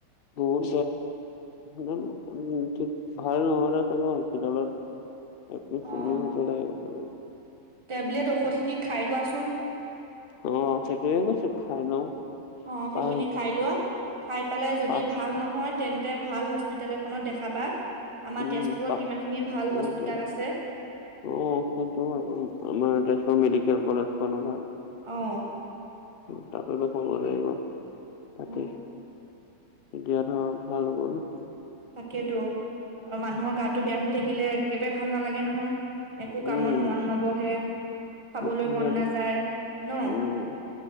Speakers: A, on the left; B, on the right.
A: বহুত বেয়া <unintelligible> ভাল নহলে চাগে হস্পিতালত এডমিড চেডমিড
B: অ
A: হ'ব লাগিব পাৰে।
B: টেবলেট ঔষধখিনি খাই লোৱাচোন।
A: অ' সেইটোৱে কৈছো খাই লওঁ।
B: অ' সেইখিনি
A: পাঁচ
B: খাই লোৱা খাই পেলাই যদি
A: পাঁচ
B: ভাল নহয় তেন তে ভাল হস্পিটেল এখনত দেখাবা আমাৰ
A: উম
B: তেজপুৰত
A: পাহ
B: কিমানখিনি ভাল
A: সেইটো
B: হস্পিটেল আছে।
A: অ' সেইটোও হয় আমাৰ তেজপুৰ মেডিকেল কলেজখনো ভাল।
B: অ'।
A: উম তাতে দেখুৱাব লাগিব তাকে।
B: অ
A: এতিয়া ধৰ অলপ ভাল হ'ব ন'।
B: তাকেইেতো আৰু মানুহৰ গাটো বেয়া হৈ থাকিলে একেবাৰে ভাল নালাগে নহয়। একো কামত
A: উম
B: মন নবহে, খাবলৈ
A: সেইটো
B: মন
A: হয় বাৰু।
B: নাযায় ন'।
A: উম